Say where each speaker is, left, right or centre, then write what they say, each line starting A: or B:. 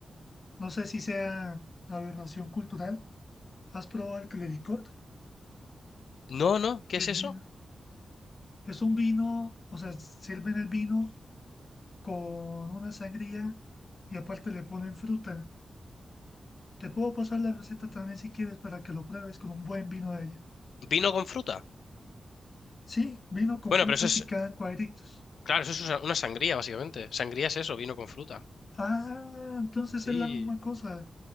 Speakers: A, on the left (about 45°); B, on the left (about 80°).
A: No sé si sea aberración cultural. ¿Has probado el clericot?
B: No, no, ¿qué
A: Que
B: es
A: es
B: eso?
A: vino. Es un vino, o sea, sirven el vino con una sangría y aparte le ponen fruta. Te puedo pasar la receta también si quieres para que lo pruebes con un buen vino de ella.
B: Vino con fruta.
A: Sí, vino con
B: Bueno,
A: fruta
B: pero eso es,
A: picada en cuadritos.
B: claro, eso es una una sangría, básicamente. Sangría es eso, vino con fruta.
A: Ah, entonces
B: Sí,
A: es la misma cosa.